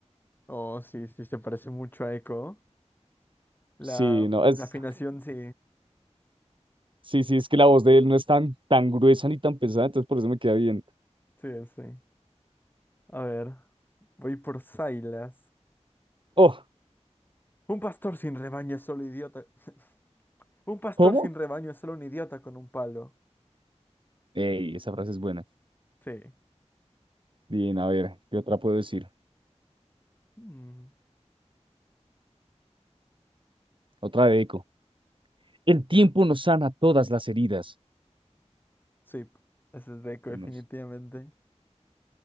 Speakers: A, on the left; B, on the right.
A: Oh, sí, sí, se parece mucho a Echo. La,
B: Sí, no, es.
A: la afinación sí,
B: Sí, sí, es que la voz de él no es tan, tan gruesa ni tan pesada, entonces por eso me queda bien.
A: sí, sí. A ver, voy por Silas.
B: Oh,
A: Un pastor sin rebaño es solo idiota. <laughs> Un pastor
B: ¿cómo?
A: sin rebaño es solo un idiota con un palo.
B: Ey, esa frase es buena.
A: Sí.
B: Bien, a ver, ¿qué otra puedo decir?
A: Mm,
B: Otra de Eco. El tiempo nos sana todas las heridas.
A: sí, ese es Deco,
B: Nos-
A: definitivamente.